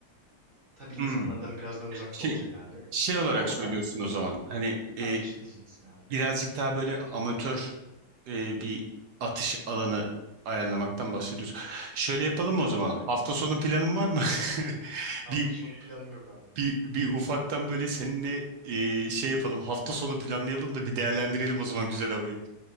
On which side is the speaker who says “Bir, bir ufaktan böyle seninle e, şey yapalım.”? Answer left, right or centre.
Right